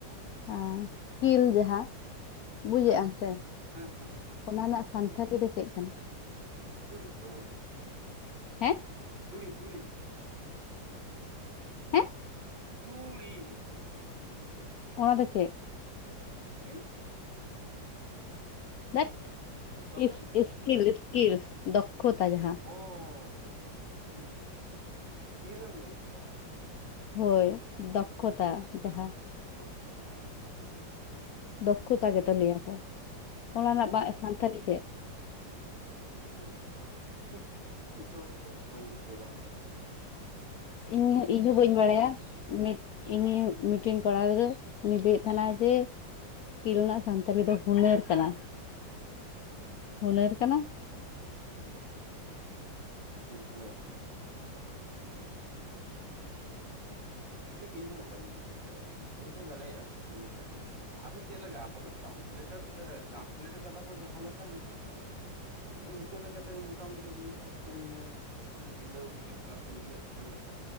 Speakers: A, on the left; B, on the right.
A: ᱟᱸ, ᱠᱤᱞ ᱡᱟᱦᱟᱸ ᱵᱩᱡᱮᱜ
B: ᱦᱮᱸ
A: ᱟᱢ ᱥᱮ?
B: ᱦᱮᱸ ᱦᱮᱸ ᱾
A: ᱚᱱᱟ ᱨᱮᱱᱟᱜ ᱥᱟᱱᱛᱷᱟᱞᱤ ᱫᱚ ᱪᱮᱫ ᱠᱟᱱᱟ?
B: ᱛᱩᱲᱤᱛᱛᱚ ᱾
A: ᱦᱮᱸᱦ?
B: ᱛᱩᱲᱤ -ᱛᱩᱲᱤ ᱾
A: ᱦᱮᱸᱦ?
B: ᱛᱩᱻᱻᱲᱤ ᱾
A: ᱚᱱᱟ ᱫᱚ ᱪᱮᱫ?
B: ᱛᱤᱞ ᱾
A: ᱫᱷᱮᱴ,
B: ᱥᱚᱨᱥᱮ
A: ᱤᱥ-
B: ᱛᱤᱞ ᱛᱮ
A: ᱥᱠᱤᱞ -ᱥᱠᱤᱞ ᱫᱚᱠᱠᱷᱚᱛᱟ ᱡᱟᱦᱟᱸ ᱾
B: ᱳᱻᱥ, ᱩᱸ ᱤᱥᱠᱤᱞᱮᱢ ᱞᱟᱹᱭ ᱠᱮᱫᱟ?
A: ᱦᱳᱭ, ᱫᱚᱠᱠᱷᱚᱛᱟ ᱡᱟᱦᱟᱸ ᱾
B: ᱫᱚᱠᱷᱚᱛᱟᱭ ᱤᱥᱠᱤᱞ, ᱾
A: ᱫᱚᱠᱠᱷᱚᱛᱟ ᱜᱮᱛᱚ ᱞᱟᱹᱭᱟᱠᱚ, ᱚᱱᱟ ᱨᱮᱱᱟᱜ ᱵᱟᱜ ᱥᱟᱱᱛᱟᱲᱤ ᱪᱮᱫ?
B: ᱠᱤᱲᱤ-ᱠᱚᱲᱚ, ᱠᱤᱲᱤ-ᱠᱚᱲᱚ, ᱠᱷᱟᱪᱟᱞ-ᱠᱷᱚᱪᱚᱞ ᱦᱟᱸᱦ, ᱴᱷᱤᱠ ᱱᱤᱛᱳᱜ ᱵᱟᱹᱧ ᱫᱤᱥᱟᱹᱭᱮᱫᱟ ᱦᱟᱯᱮ ᱾
A: ᱤᱧ ᱤᱧᱡᱷᱦᱚᱸ ᱵᱟᱹᱧ ᱵᱟᱲᱟᱭᱟ ᱢᱤᱫ ᱤᱱᱤᱭᱩ ᱢᱤᱴᱤᱝ ᱠᱚᱲᱟ ᱜᱤᱫᱽᱨᱟᱹ ᱩᱱᱤᱭ ᱞᱟᱹᱭᱮᱫ ᱛᱟᱦᱮᱱᱟᱭ ᱡᱮ ᱥᱠᱤᱞ ᱨᱮᱱᱟᱜ ᱥᱟᱱᱛᱟᱞᱤ ᱫᱚ ᱦᱩᱱᱟᱹᱨ ᱠᱟᱱᱟ, ᱦᱩᱱᱟᱹᱨ ᱠᱟᱱᱟ?
B: ᱦᱩᱱᱟᱹᱨ, ᱦᱮᱸ ᱴᱷᱤᱠ ᱤᱧᱦᱚᱸ ᱵᱟᱹᱧ ᱵᱩᱡᱽ ᱫᱟᱲᱮᱭᱟᱜ ᱠᱟᱱᱟ ᱾ ᱦᱩᱭ ᱦᱚᱸ ᱫᱟᱲᱮᱭᱟᱜᱼᱟ ᱱᱤᱭᱟᱹᱴᱟᱜ ᱜᱮ᱾ ᱟᱫᱚ ᱪᱮᱫ ᱞᱮᱠᱟ ᱟᱵᱚ ᱫᱚ ᱴᱮᱨᱟᱱᱥᱞᱮᱴᱟᱨ ᱴᱨᱟᱱᱥᱞᱮᱴ ᱟᱠᱟᱫᱟ ᱠᱚ ᱡᱟᱦᱟᱸ ᱞᱮᱠᱟ ᱦᱮᱸᱥᱮ ᱵᱟᱝ, ᱟᱥᱤ ᱤᱧ ᱪᱤᱠᱟᱹ ᱞᱮᱠᱟᱛᱮᱜᱮ ᱢᱚᱴᱟᱢᱩᱴᱤ ᱱᱤᱭᱟᱹ ᱥᱟᱶᱛᱮ ᱱᱤᱭᱟᱹ ᱢᱤᱞᱟᱹᱣ ᱦᱤᱡᱩᱜ ᱠᱟᱱ ᱥᱮ ᱢᱤᱞᱟᱹᱜ ᱠᱟᱱ ᱞᱮᱠᱟ᱾